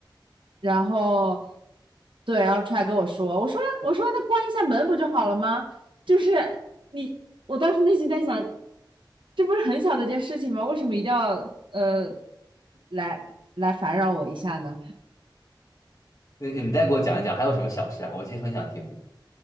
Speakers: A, on the right; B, on the left.
A: 然后对，然后出来跟我说，我说我说那关一下门不就好了吗？就是你，我当时内心在想，这不是很小的一件事情吗？为什么一定要呃来来烦扰我一下呢？
B: 你你再给我讲一讲，还有什么小事啊？我其实很想听。